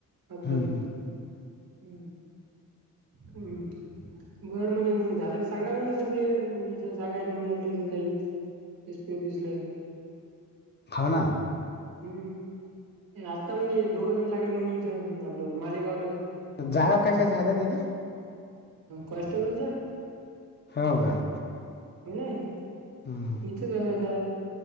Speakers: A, on the right (about 80°); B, on the left (about 30°).
A: अपडाऊन
B: हम्म हम्म
A: हम्म. हम्म. बर म्हणे म्हण झालं सांगा म्हणे कंप्लीट. मग इथं जागा आहेत म्हणे आपल्या इथं काही. <unintelligible> भिजलं.
B: हो ना.
A: हम्म. आत्ता म्हणे ये दोघं जण लागले म्हण इथं आपलं मालेगावले
B: जागा कशाच्या आहेत तिथे?
A: कॉनस्टेबलच्या?
B: हो का.
A: <unintelligible>
B: हम्म.
A: इथेच आहे आता